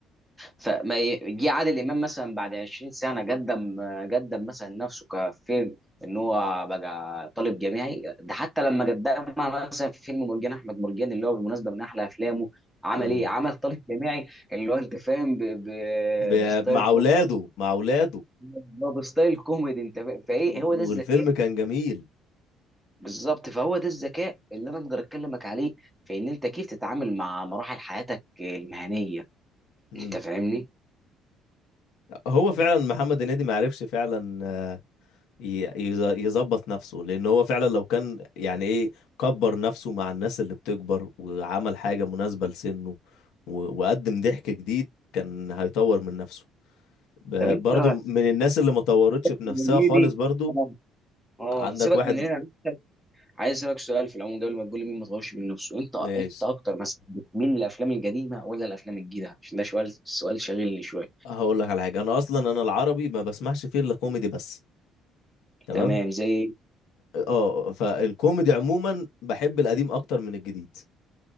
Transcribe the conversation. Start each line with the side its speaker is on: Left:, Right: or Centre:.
Centre: فما ي- جه عادل امام مثلا بعد 20 سنه قدم قدم مثلا نفسه كفيلم ان هو بقى طالب جامعي ده حتى لما قدمها مثلا في فيلم مرجان احمد مرجان اللي هو بالمناسبه من احلى افلامه عمل
Left: امم
Centre: ايه؟ عمل طالب جامعي اللي هو انت فاهم ب... ب...
Left: ب...
Centre: بستايل
Left: مع
Centre: كوميدي
Left: اولاده مع اولاده
Centre: اللي هو بستايل كوميدي انت فاهم فايه
Left: و-
Centre: هو ده الذكاء
Left: والفيلم كان جميل
Centre: بالظبط فهو ده الذكاء اللي انا اقدر اكلمك عليه في ان انت كيف تتعامل مع مراحل حياتك المهنيه
Left: امم
Centre: انت فاهمني؟
Left: هو فعلا محمد هنيدي ما عرفش فعلا آه، ي- يز- يظبط نفسه لان هو فعلا لو كان يعني ايه كبر نفسه مع الناس اللي بتكبر وعمل حاجة مناسبة لسنه و... وقدم ضحك جديد كان هيطور من نفسه ب-
Centre: طب انت
Left: برضو من الناس اللي ما طورتش بنفسها
Centre: يا زميلي
Left: خالص برضو
Centre: اه اه
Left: عندك
Centre: سيبك
Left: واحد
Centre: من هنا عايز اسالك سؤال في العموم قبل ما تقول لي مين ما طورش من نفسه انت انت
Left: ماشي
Centre: اكتر مثلا بتميل للافلام القديمه ولا الافلام الجديده عشان ده سؤال سؤال شاغلني شويه
Left: هقول لك على حاجه انا اصلا انا العربي ما بسمعش فيه الا كوميدي بس تمام
Centre: تمام زي
Left: اه فالكوميدي عموما بحب القديم اكتر من الجديد